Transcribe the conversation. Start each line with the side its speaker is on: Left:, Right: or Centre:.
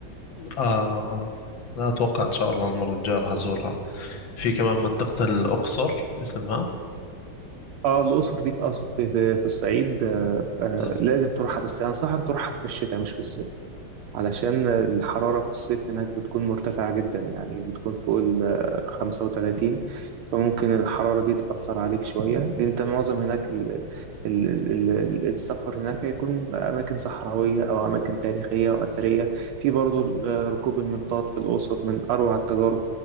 Left: آه لا أتوقع إن شاء الله المرة الجاية راح أزورها في كمان منطقة الأقصر اسمها
Right: اه الأقصر دي في أص... في في الصعيد آه آه
Left: بز-
Right: لازم تروحها بس أنصحك تروحها في الشتاء مش في الصيف علشان الحرارة في الصيف هناك بتكون مرتفعة جدا يعني بتكون فوق ال 35 فممكن الحرارة دي تأثر عليك شوية دي انت معظم هناك ال- ال- ال- السفر هناك هيكون أماكن صحراوية أو أماكن تاريخية وأثرية في برضو ال- ركوب المنطاد في الأقصر من أروع التجارب